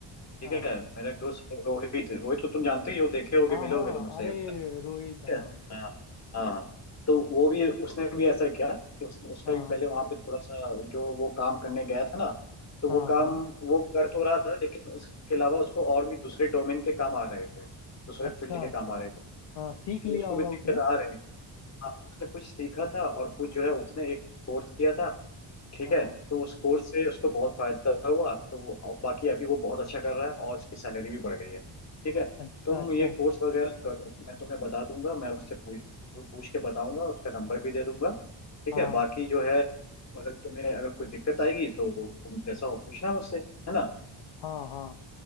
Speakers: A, on the left (about 35°); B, on the left (about 60°).
A: ठीक
B: हाँ
A: है मेरा एक दोस्त रोहित रोहित को तुम जानते ही हो देखे होगे
B: हाँ
A: मिले
B: हाँ
A: होगे तुम उससे
B: अरे
A: है
B: रोहित हाँ
A: हाँ हाँ हाँ। तो वो भी उसने भी ऐसा किया कि उस, उसका
B: हाँ
A: भी पहले वहां पे थोड़ा सा जो वो काम करने गया था ना तो
B: हाँ
A: वो काम
B: हाँ
A: वो कर तो रहा था लेकिन उसके अलावा उसको और भी दूसरे डोमेन के काम आ रहे थे दूसरे
B: अच्छा
A: फील्ड के काम आ रहे थे
B: हाँ सीख लिया
A: तो उसको
B: होगा
A: भी दिक्कत
B: उसने
A: आ रही थी हाँ उसने कुछ सीखा था और कुछ जो है उसने एक कोर्स किया था ठीक
B: हाँ
A: है तो उस कोर्स से उसको बहुत फायदा हुआ तो अब बाकी अभी वो बहुत अच्छा कर रहा है और उसकी सैलरी भी बढ़ गई है ठीक है
B: अच्छा
A: तुम
B: अच्छा
A: ये कोर्स वगैरह करो मैं तुम्हें बता दूंगा मैं उससे पूछ पूछ के बताऊंगा उसका नंबर भी दे दूंगा ठीक
B: हाँ
A: है बाकी जो है अगर तुम्हें अगर कोई दिक्कत आएगी तो तुम जैसा हो पूछना मुझसे है ना
B: हाँ हाँ